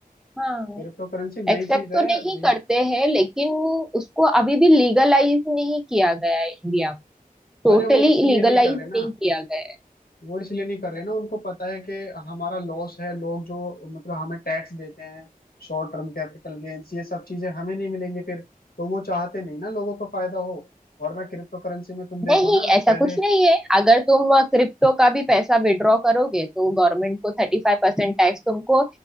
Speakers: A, in the centre; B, on the left.
A: हाँ
B: क्रिप्टो करेंसी नई
A: एक्सेप्ट
B: चीज
A: तो
B: है
A: नहीं
B: नहीं
A: करते हैं लेकिन उसको अभी भी लीगलाइज नहीं किया गया है इंडिया में टोटली
B: अरे वो इसलिए
A: लीगलाइज
B: नहीं कर रहे ना
A: नहीं किया गया है
B: वो इसलिए नहीं कर रहे ना उनको पता है कि हमारा लॉस है लोग जो मतलब हमें टैक्स देते हैं शॉर्ट टर्म कैपिटल गेन्स ये सब चीजें हमें नहीं मिलेंगी फिर तो वो चाहते नहीं ना लोगों को फायदा हो वरना क्रिप्टो करेंसी में तुम देखो
A: नहीं
B: ना
A: ऐसा
B: पहले
A: कुछ नहीं है अगर तुम क्रिप्टो का भी पैसा विड्रॉ करोगे तो गवर्नमेंट को थर्टी फाइव परसेंट टैक्स तुमको